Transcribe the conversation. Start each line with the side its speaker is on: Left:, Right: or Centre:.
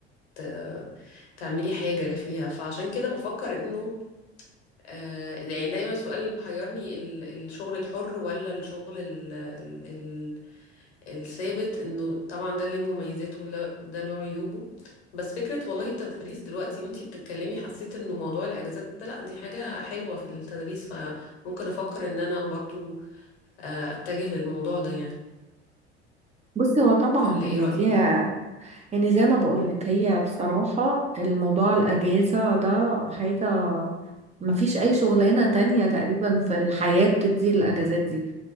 Left: ت... تعملي حاجة فيها فعشان كده بفكر انه آه، يعني دايما السؤال اللي محيرني ال- الشغل الحر ولا الشغل ال- ال- الثابت انه طبعا ده اللي مميزاته ولا ده له عيوبه بس فكرة والله التدريس دلوقتي وانتي بتتكلمي حسيت انه موضوع الاجازات ده لا دي حاجة حلوة في التدريس فممكن افكر ان انا برضو آه، اتجه للموضوع ده يعني
Right: بصي هو طبعا
Left: ولا
Right: هي
Left: ايه رأيك؟
Right: دي يعني زي ما بقولك
Left: مم.
Right: هي بصراحة الموضوع الأجازة ده حاجة مفيش أي شغلانة تانية تقريبا في الحياة بتدي الأجازات دي